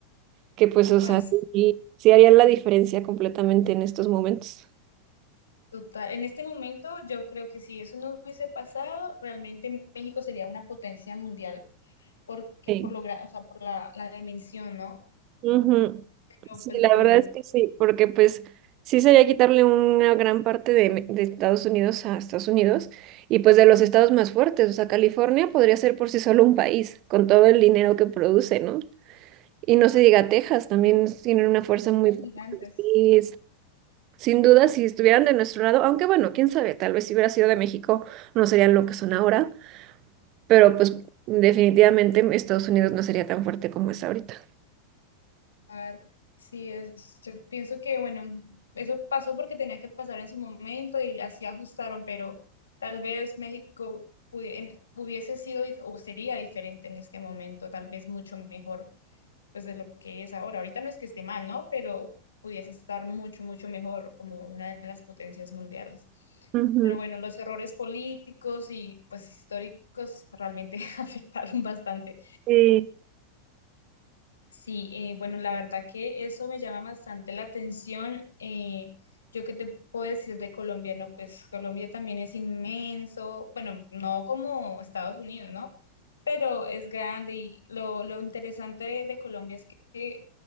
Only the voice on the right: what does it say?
que pues, o
sea, sí, sí haría la diferencia completamente en estos momentos.
sí
Ujú.
Sí,
la
verdad es que sí, porque pues sí sería quitarle una gran parte de, Me- de Estados Unidos a Estados Unidos y pues de los estados más fuertes, o sea, California podría ser por sí solo un país con todo el dinero que produce, ¿no? Y no se diga Texas, también tienen una fuerza muy
fuerte.
Y es- sin duda, si estuvieran de nuestro lado, aunque bueno, quién sabe, tal vez si hubiera sido de México no serían lo que son ahora, pero pues definitivamente Estados Unidos no sería tan fuerte como es ahorita.
Ujú.
Sí.